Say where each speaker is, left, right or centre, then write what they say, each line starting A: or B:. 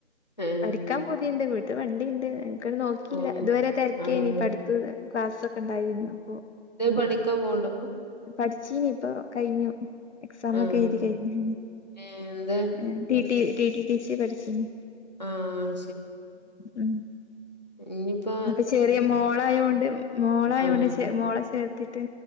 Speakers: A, on the left; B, on the left.
A: ഏഹ്
B: പഠിക്കാം പൂ പൂതിണ്ട് വീട്ട് വണ്ടിണ്ട് അയ്മക്കാണ്ട് നോക്കില്ല
A: ആഹ്
B: ഇതുവരെ തെരക്കേനി
A: ആഹ്
B: പടുത്തുതെ ക്ലാസെക്കെണ്ടായീന്നു അപ്പോ
A: ത്തേം പഠിക്കാപോണ്ടോപ്പൊ
B: പഠിച്ചീനി ഇപ്പ കഴിഞ്ഞു എക്സാം
A: ആഹ്
B: ഒക്കെ എഴുതി കഴിഞ്ഞു
A: എന്ത്
B: ഏഹ് ടിടി
A: പഠിച്ച്
B: ടി ടി ടി സി പഠിച്ചീനി
A: ആഹ്
B: ഉം
A: ഇഞ്ഞിപ്പോ
B: ഇപ്പൊ ചെറിയ മോളായൊണ്ട് മോളായൊണ്ട്
A: ആഹ്
B: ചെ മോള ചേർത്തിട്ട്